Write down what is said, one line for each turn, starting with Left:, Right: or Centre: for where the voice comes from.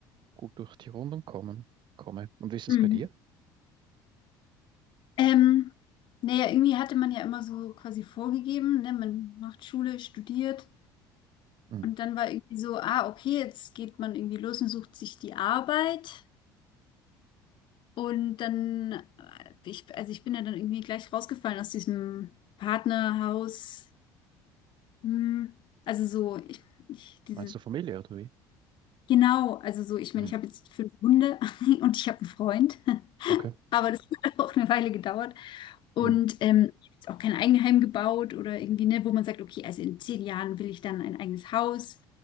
Right: gut durch die Runden kommen, komme. Und wie ist es
Left: Hm.
Right: bei dir?
Left: Ähm, naja, irgendwie hatte man ja immer so quasi vorgegeben, ne? Man macht Schule, studiert
Right: Hm.
Left: und dann war irgendwie so, ah, okay, jetzt geht man irgendwie los und sucht sich die Arbeit. Und dann, äh, ich, also ich bin ja dann irgendwie gleich rausgefallen aus diesem Partnerhaus. Hm. Also so, ich, ich, diese,
Right: Meinst du Familie oder wie?
Left: genau, also so, ich
Right: Hm.
Left: meine, ich habe jetzt fünf Hunde <laughs> und ich habe einen Freund, <laughs>
Right: Okay.
Left: aber das hat auch eine Weile gedauert. Und
Right: Hm.
Left: ähm, ich habe jetzt auch kein Eigenheim gebaut oder irgendwie, ne, wo man sagt, okay, also in zehn Jahren will ich dann ein eigenes Haus